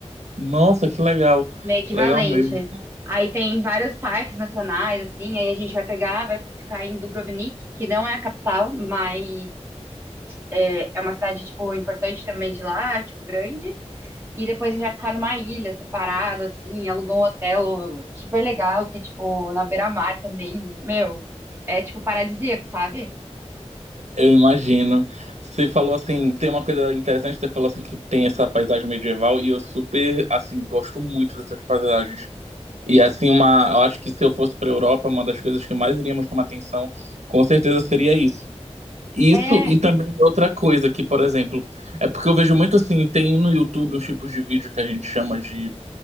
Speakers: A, on the right; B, on the right.
A: Nossa, que legal.
B: meio equivalente.
A: Legal mesmo.
B: Aí tem vários parques nacionais, assim, aí a gente vai pegar, vai ficar em Dubrovnik, que não é a capital, mas é, é uma cidade, tipo, importante também de lá, tipo, grande. E depois já ficar numa ilha separado, assim, alugou um hotel super legal, que é, tipo, na beira-mar também. Meu, é, tipo, paradisíaco, sabe?
A: Eu imagino. Você falou assim, tem uma coisa interessante, você falou assim que tem essa paisagem medieval e eu super assim gosto muito dessas paisagens. E assim uma, eu acho que se eu fosse para Europa, uma das coisas que mais iríamos tomar atenção, com certeza seria isso. Isso
B: É,
A: e também outra coisa que, por exemplo, é porque eu vejo muito assim, tem no YouTube uns tipos de vídeo que a gente chama de